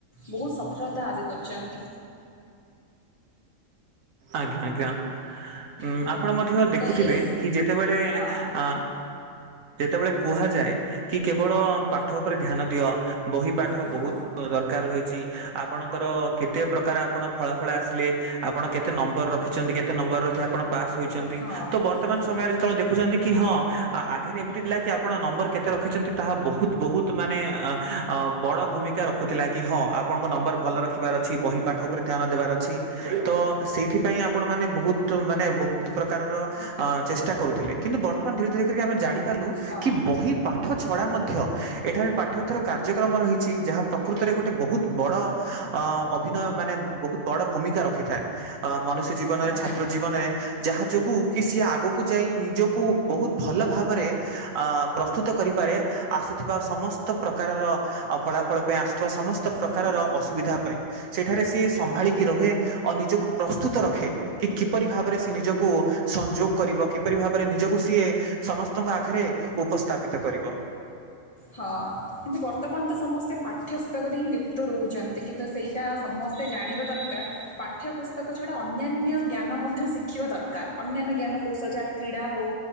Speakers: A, on the left; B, on the right.
A: ବହୁତ ସଫଳତା ଆସ କରିଛନ୍ତି।
B: ଆଜ୍ଞା ଆଜ୍ଞା। ଉଁ
A: ହଁ
B: ଆପଣ ମଧ୍ୟ ଦେଖୁଥିବେ
A: ତ ଏଇ
B: କି ଯେତେବେଳେ
A: ହଁ
B: ଅ ଯେତେବେଳେ କୁହାଯାଏ କି କେବଳ ପାଠ ଉପରେ ଧ୍ୟାନ ଦିଅ ବହି ପା ଠ
A: ହଁ
B: ବହୁତ ଦର ଦରକାର ରହିଛି ଆପଣଙ୍କର କେତେ ପ୍ରକାର ଆପଣ ଫଳାଫଳ ଆସିଲେ ଆପଣ କେତ କେତେ ନମ୍ବର ରଖିଛନ୍ତି କେତେ ନମ୍ବର ରଖି ଆପଣ ପାସ୍ ହୋଇଛନ୍ତି
A: ହଁ।
B: ତ ବର୍ତ୍ତମାନ
A: ହୁଁ
B: ସମୟରେ ଯେତେବେଳେ ଦେଖ ଖୁଛନ୍ତି କି ହଁ ଆଗେରେ ଏମିତି ଥିଲା କି ଆପଣ ନମ୍ବର କେତେ ରଖିଛନ୍ତି ତାହା ବହୁତ ବହୁତ ତ ମାନେ ବଡ ଭୂମିକା ରଖୁଥିଲା କି ହଁ ଆପଣଙ୍କ ନମ୍ବର ଭଲ ରଖିବାର ଅଛି ବହି ପାଠ ଉପରେ ଧ୍ୟାନ ଦେବାର ଅଛି ତ ସେଇଥିପାଇଁ ଆପଣମାନେ ବହୁତ ମାନେ ବହୁତ ପ୍ରକାରର ଚେଷ୍ଟା କରୁଥିଲେ। କିନ୍ତୁ ବର୍ତ୍ତମାନ ଧୀରେ ଧୀରେ କରିକି ଆମେ ଜାଣିପାରିଲୁ
A: ହଁ
B: କି ବହି ପା ପାଠ ଛଡ଼ା ମଧ୍ୟ ଏଠାରେ ପାଠ୍ୟଥର କାର୍ଯ୍ୟକ୍ରମ ରହିଛି ଯାହା ପ୍ରକୃତରେ ଗୋଟେ ବହୁତ ବଡ ଅ ଅଭିନୟ ମାନେ ବହୁତ ବଡ ଭୂମିକା ରଖିଥାଏ ଅ ମନୁଷ୍ୟ ଜୀବ ଜୀବନରେ
A: ହଁ
B: ଛାତ୍ର ଜୀବନରେ ଯାହା ଯୋଗୁଁ କି ସିଏ ଆଗକୁ ଯାଇ ନିଜକୁ ବହୁତ ଭଲ ଭାବରେ ଆ ପ୍ରସ୍ତୁତକରିପାରେ ଆସୁଥିବା ସମସ୍ତ ପ୍ରକାରର ଫଳାଫଳ ପାଇଁ ଆସୁ ଥିବା ସମସ୍ତ
A: ହଁ
B: ପ୍ରକାରର ଅସୁବିଧା ପାଇଁ ସେଠାରେ ସିଏ
A: ହଁ।
B: ସମ୍ଭାଳିକି ରୁହେ ଆଉ ନିଜକୁ ପ୍ରସ୍ତୁତ ରଖେ। କି କିପରି ଭାବରେ ସେ ନିଜକୁ ସଂଯୋଗ କରିବ କିପରି ଭାବରେ ନିଜକୁ ସିଏ ସମସ୍ତଙ୍କ ଆଗରେ ଉପସ୍ଥାପିତ କରିବ।
A: ହଁ କିନ୍ତୁ ବର୍ତ୍ତମାନ ତ ସମସ୍ତେ ପାଠ୍ୟପୁସ୍ତକରେ ହିଁ ଲିପ୍ତ ରହୁଛନ୍ତି କିନ୍ତୁ ସେଇଟା ସମ ମୋତେ ଜାଣିବା ଦରକାର ପାଠ୍ୟପୁସ୍ତକ ଛଡ଼ା ଅନ୍ୟାନ୍ୟ ଜ୍ଞାନ ମଧ୍ୟ ଶିଖିବା ଦରକାର। ଅନ୍ୟାନ୍ୟ ଜ୍ଞାନକୌଶଳ ଯାହା କ୍ରୀଡ଼ା ହେଉ